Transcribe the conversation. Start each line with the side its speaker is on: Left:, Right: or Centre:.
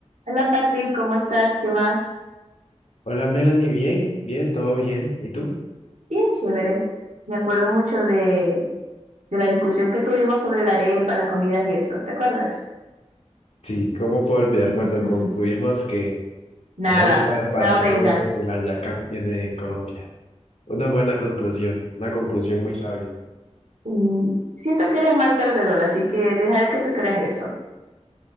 Right: Hola Patrick, ¿cómo estás? ¿Qué más?
Left: Hola Melanie, bien, bien, todo bien. ¿Y tú?
Right: Bien chévere. Me acuerdo mucho de, de la discusión que tuvimos sobre la arepa, las comidas y eso, ¿te acuerdas?
Left: Sí, ¿cómo puedo olvidar
Right: <laughs>
Left: cuando concluimos que
Right: Nada,
Left: la arepa, el patacón
Right: no vengas.
Left: y la yaca viene de Colombia? Una buena conclusión, una conclusión muy sabia.
Right: Mm, Siento que eres mal perdedor, así que dejaré que tú creas eso.